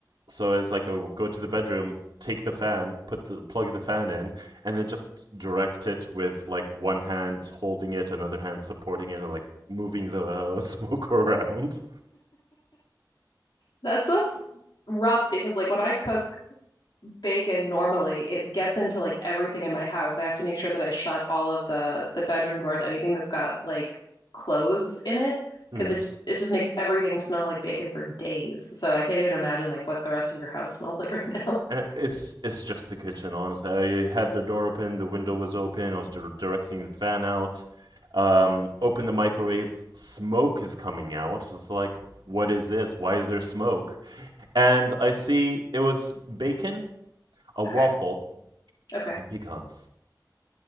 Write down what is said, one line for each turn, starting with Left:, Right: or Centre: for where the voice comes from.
Right: so it's like oh go to the bedroom take the fan put the plug the fan in and then just direct it with like one hand holding it another hand supporting it and like moving the uh, <laughs> smoke around
Left: That's that's rough because like when I cook bacon normally, it gets into like everything in my house. I have to make sure that I shut all of the the bedroom doors, anything that's got like clothes in it, because
Right: mm.
Left: it it just makes everything smell like bacon for days. So I can't even imagine like what the rest of your house smells like right now. <laughs>
Right: Uh, it's it's just the kitchen honestly i had the door open the window was open i was dir- directing the fan out um open the microwave smoke is coming out it's like what is this why is there smoke and i see it was bacon a waffle
Left: Okay. Okay.
Right: and pecans.